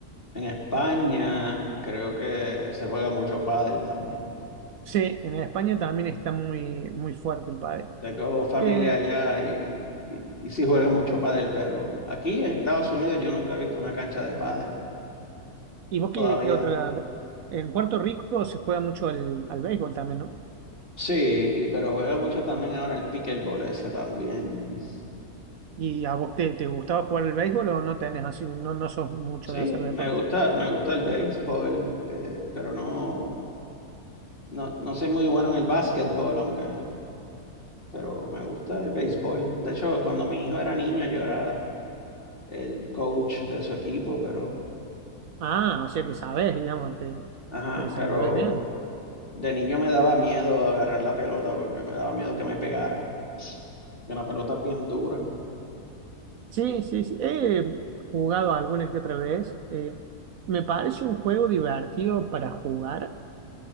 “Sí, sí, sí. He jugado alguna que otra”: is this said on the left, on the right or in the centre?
Right